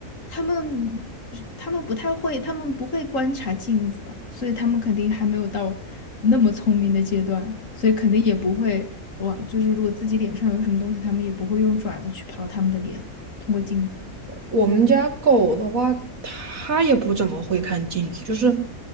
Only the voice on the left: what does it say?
他们他们不太会，他们不会观察镜子，所以他们肯定还没有到那么聪明的阶段，所以肯定也不会往，就是如果自己脸上有什么东西，他们也不会用爪子去刨他们的脸，通过镜子。